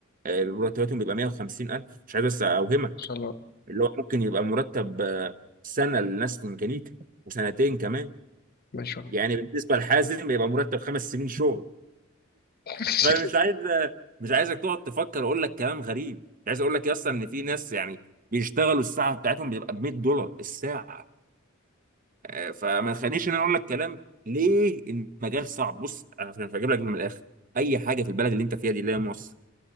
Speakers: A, on the right; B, on the left.
A: آه، مرتباتهم بيبقى 150000 مش عايز بس اوهمك
B: شاء الله
A: اللي هو ممكن يبقى مرتب آه، سنة لناس في ميكانيكا وسنتين كمان
B: ما شاء الله
A: يعني بالنسبة لحازم يبقى مرتب خمس سنين شغل
B: <laughs>
A: فمش عايز آه، مش عايزك تقعد تفكر اقول لك كلام غريب عايز اقول لك اصلا ان في ناس يعني بيشتغلوا الساعة بتاعتهم بتبقى ب 100 دولار الساعة آه، فما تخلينيش ان انا اقول لك كلام ليه المجال صعب بص انا بجيب لك من الاخر اي حاجة في البلد اللي انت فيها دي اللي هي مصر